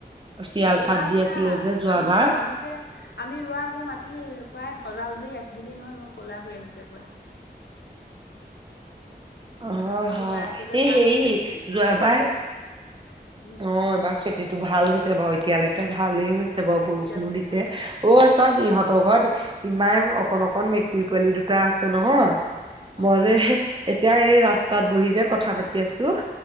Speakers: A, on the right (about 30°); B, on the left (about 80°).
A: চিৰাল
B: এইবাৰ
A: ফাট দি
B: এতিয়া
A: আছিলে যোৱাবাৰ
B: আমি যে আমি যে আমি ৰোৱা এতিয়া মাটি প্ৰায় সজাল ধৰি আহিলেই নহয় এইবাৰ ক'লা হৈ আহিছে পুৰা
A: অ
B: মানে
A: হয়
B: বতৰটো
A: হয়
B: পাই আছে যে
A: এই
B: ভাল
A: হেৰি
B: হৈছে খেতি
A: যোৱাবাৰ
B: উম,
A: অ এইবাৰ খেতিটো ভাল হৈছে বাৰু এতিয়ালৈকে ভালেই হৈছে বাৰু বৰষুণো
B: এতিয়ালৈকে
A: দিছে
B: ভাল
A: অ চাওঁক ইহঁতৰ ঘৰত ইমান অকণ অকণ মেকুৰী পোৱালি দুটা আছে নহয়
B: অ',
A: মই যে এতিয়া এই ৰাস্তাত বহি যে কথা পাতি আছো